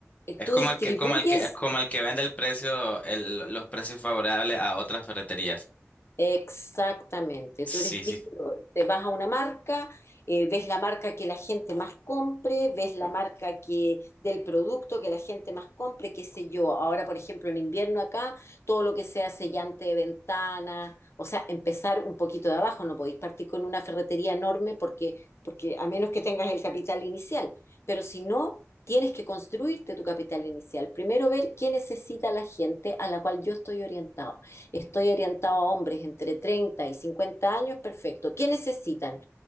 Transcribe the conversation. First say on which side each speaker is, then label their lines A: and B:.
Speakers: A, on the left; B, on the left.
A: Eh,
B: Es
A: Tú
B: como
A: distribuyes
B: el que, como el que, como el que vende el precio, el- los precios favorables a otras ferreterías.
A: Exactamente,
B: Sí,
A: tú eres
B: sí.
A: distribuidor. Te vas a una marca, eh, ves la marca que la gente más compre, ves la marca que del producto que la gente más compre, qué sé yo. Ahora, por ejemplo, en invierno acá, todo lo que sea sellante de ventanas, o sea, empezar un poquito de abajo, no podéis partir con una ferretería enorme porque, porque a menos que tengas el capital inicial, pero si no, tienes que construirte tu capital inicial. Primero ver qué necesita la gente a la cual yo estoy orientado estoy orientado a hombres entre 30 y 50 años, perfecto. ¿Qué necesitan?